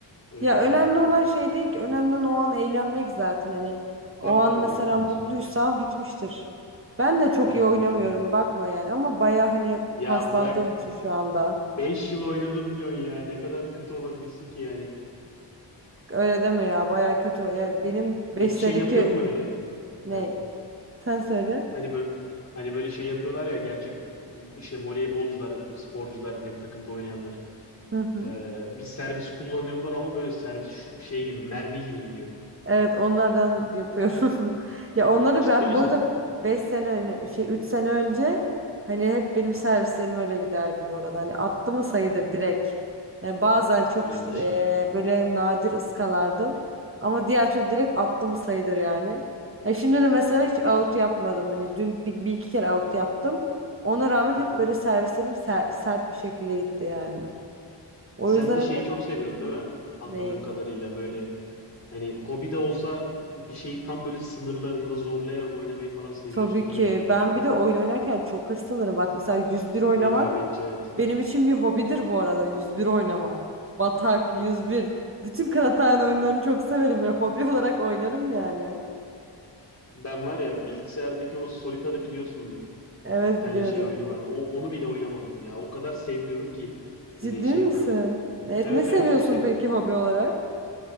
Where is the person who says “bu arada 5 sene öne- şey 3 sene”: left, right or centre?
Right